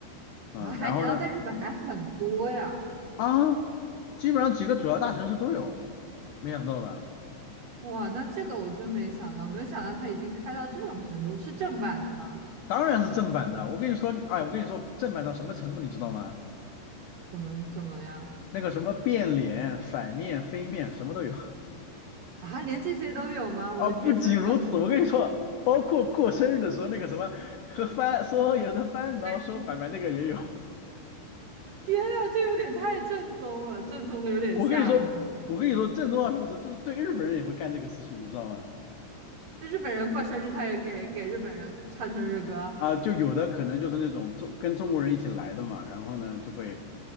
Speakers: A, on the left; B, on the right.
A: 嗯，
B: 啊。海底捞在日本还很多呀，
A: 然后呢，啊，基本上几个主要大城市都有，没想到吧？
B: 哇，那这个我真没想到，没有想到它已经开到这种程度，是正版的吗？
A: 当然是正版的，我跟你说，哎，我跟你说，正版到什么程度，你知道吗？
B: 怎么怎么样
A: 那个什么变脸、甩面、飞面，什么都有。
B: 啊？连这些都有吗？我的天，
A: 啊，不仅如此，
B: 是不是那种你
A: 我跟你说，包括过生日的时候，那个什么和翻说有的翻，然后说拜拜那个也有。
B: 那天呐，这有点太正宗了，正宗的有点吓人了。
A: 我跟你说，
B: 我的天，
A: 我跟你说，正宗到什么时候，就是对日本人也会干这个事情，你知道吗？
B: 就日本人过生日，他也给给日本人唱生日歌，
A: 啊，就有的可能就是那种中跟中国人一起来的嘛，然后呢就会，